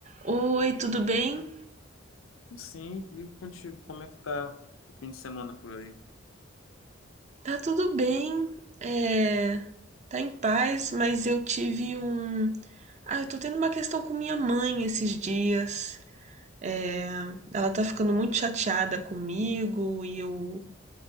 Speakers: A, on the right; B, on the left.
A: Oi, tudo bem?
B: Sim, e contigo, como é que tá o fim de semana por aí?
A: Tá tudo bem, é, tá em paz, mas eu tive um. Ah, eu tô tendo uma questão com minha mãe esses dias. É, ela tá ficando muito chateada comigo e eu.